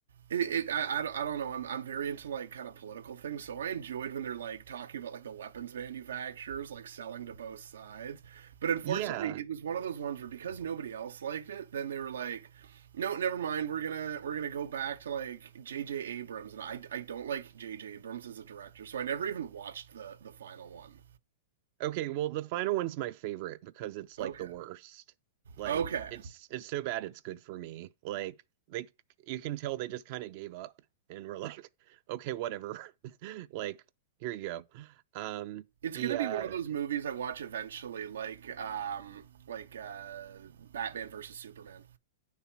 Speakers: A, on the right; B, on the right.
A: it. it I, I don't I don't know. I'm I'm very into like kind of political things, so I enjoyed when they're like talking about like the weapons manufacturers like selling to both sides. But unfortunately,
B: Yeah.
A: it was one of those ones where because nobody else liked it, then they were like. No, never mind. We're gonna we're gonna go back to like J J Abrams, and I, I don't like J J Abrams as a director, so I never even watched the the final one.
B: Okay, well, the final one's my favorite because it's like
A: Okay.
B: the worst. Like
A: Okay.
B: it's it's so bad it's good for me. Like they you can tell they just kind of gave up and were like, okay, whatever. <laughs> Like here you go. Um
A: It's
B: the
A: gonna be
B: uh
A: one of those movies I watch eventually, like um, like uh, Batman versus Superman.